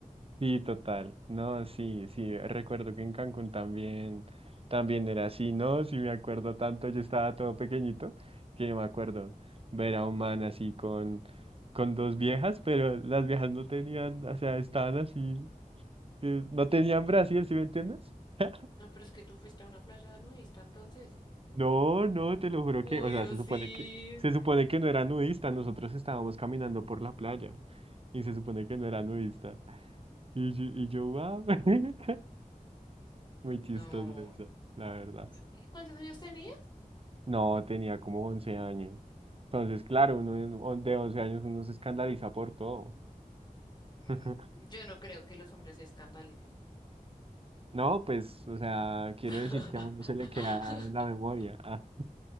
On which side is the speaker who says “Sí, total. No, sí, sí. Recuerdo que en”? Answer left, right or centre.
Right